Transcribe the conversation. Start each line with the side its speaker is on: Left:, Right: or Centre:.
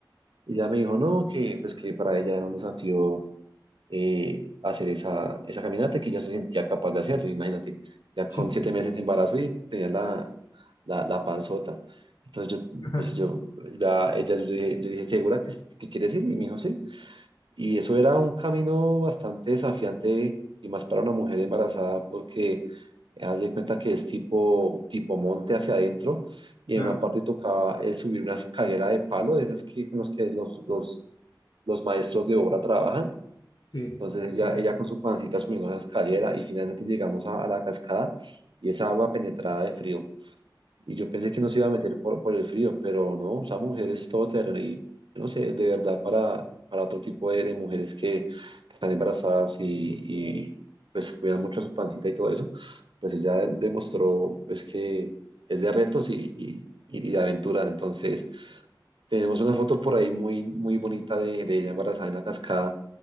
Right: Y ella me dijo, no, que pues que para ella era un desafío eh, hacer esa, esa caminata que ya se sentía capaz de hacerlo. Imagínate, ya con
Left: sí,
Right: siete meses de embarazo y tenía la, la, la panzota. Entonces yo,
Left: <laughs>
Right: pues yo, la- ella, yo, dije, yo dije, ¿segura que, que quieres ir? Y me dijo, sí. Y eso era un camino bastante desafiante y más para una mujer embarazada porque eh, haz de cuenta que es tipo, tipo monte hacia adentro y
Left: claro,
Right: en una parte tocaba el subir una escalera de palo, de esas que, con los que los, los, los maestros de obra trabajan
Left: sí,
Right: entonces ella, ella con su pancita subiendo esa escalera y finalmente llegamos a, a la cascada y esa agua penetrada de frío. Y yo pensé que nos iba a meter por, por el frío, pero no, esa mujer es todoterreno y yo no sé, de verdad para, para otro tipo de, de mujeres que, que están embarazadas y, y, pues cuidan mucho a su pancita y todo eso, pues ella de- demostró pues que es de retos y, y, y de aventura. Entonces tenemos una foto por ahí muy, muy bonita de, de ella embarazada en la cascada